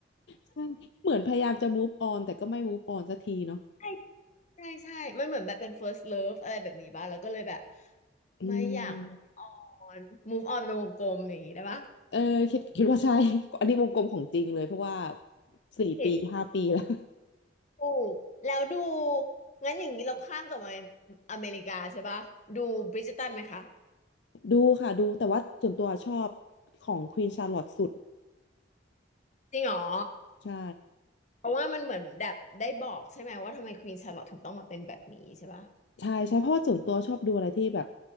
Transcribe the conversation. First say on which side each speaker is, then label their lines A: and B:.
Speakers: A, on the left; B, on the left.
A: ใช่เหมือนพยายามจะ move on แต่ก็ไม่ move on สักทีเนาะ
B: ใช่ใช่ใช่มันเหมือนแบบเป็น first love อะไรแบบนี้บ้างแล้วก็เลยแบบ
A: อืม
B: ไม่อยาก move on move on เป็นวงกลมอย่างนี้ได้ปะ
A: เออคิดคิดว่าใช่ <laughs> อันนี้วงกลมของจริงเลยเพราะว่าสี่ปีห้าปีแล้ว
B: นี่ถูกแล้วดูงั้นอย่างนี้เราข้ามกลับมาอเมริกาใช่ป่ะดูบริจตันไหมคะ
A: <laughs> ดูค่ะดูแต่ว่าส่วนตัวชอบของควีนชาร์ลอตสุด
B: จริงเหรอ
A: ใช่
B: เพราะว่ามันเหมือนแบบได้บอกใช่ไหมว่าทำไมควีนชาร์ลอตถึงต้องมาเป็นแบบนี้ใช่ปะ
A: ใช่ใช่เพราะว่าส่วนตัวชอบดูอะไรที่แบบ